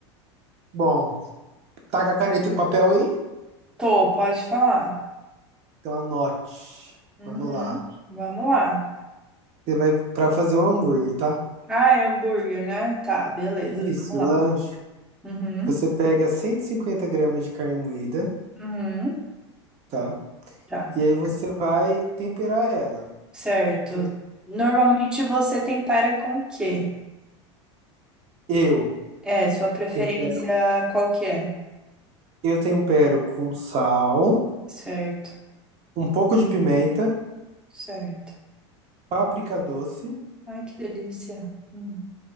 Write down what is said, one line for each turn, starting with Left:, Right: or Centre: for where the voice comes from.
Right: Bom, tá com a caneta e o papel aí?
Centre: Tô, pode falar.
Right: Então anote.
Centre: Uhum,
Right: Vamos lá.
Centre: vamos lá.
Right: Você vai para fazer um hambúrguer, tá?
Centre: Ah, é hambúrguer, né? Tá, beleza,
Right: Isso,
Centre: vamos lá.
Right: lanche.
Centre: Uhum,
Right: Você pega 150 gramas de carne moída,
Centre: uhum,
Right: tá?
Centre: tá.
Right: E aí você vai temperar ela.
Centre: Certo.
Right: Tempera.
Centre: Normalmente você tempera com o quê?
Right: Eu
Centre: É, sua preferência
Right: tempero,
Centre: qual que é?
Right: eu tempero com sal,
Centre: Certo,
Right: um pouco de pimenta,
Centre: certo.
Right: páprica doce
Centre: Ai, que delícia. Hum.